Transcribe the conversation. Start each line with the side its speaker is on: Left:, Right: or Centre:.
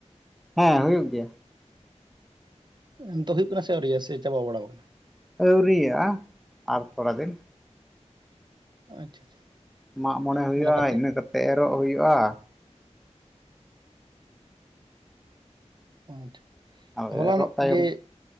Centre: ᱦᱮᱸ ᱦᱩᱭᱩᱜ ᱜᱮᱭᱟ
Right: ᱱᱤᱛᱳᱜ ᱦᱩᱭᱩᱜ ᱠᱟᱱᱟ ᱥᱮ ᱟᱹᱣᱨᱤᱭᱟᱹ ᱥᱮ ᱪᱟᱵᱟ ᱵᱟᱲᱟ ᱟᱠᱟᱱᱟ᱾
Centre: ᱟᱹᱣᱨᱤᱭᱟᱜ-ᱟ ᱟᱨ ᱛᱷᱚᱲᱟ ᱫᱤᱱ,
Right: ᱟᱪᱪᱷᱟ ᱟᱪᱪᱷᱟ
Centre: ᱢᱟᱜ ᱢᱚᱬᱮ ᱦᱩᱭᱩᱜᱼᱟ,
Right: ᱚᱱᱟ ᱠᱟᱛᱮ
Centre: ᱤᱱᱟᱹ ᱠᱟᱛᱮᱫ ᱮᱨᱚᱜ ᱦᱩᱭᱩᱜᱼᱟ᱾
Right: ᱟᱪᱪᱷᱟ
Centre: ᱟᱨ ᱮᱨᱚᱜ
Right: ᱦᱚᱞᱟᱱᱚᱜ
Centre: ᱛᱟᱭᱚᱢ
Right: ᱜᱮ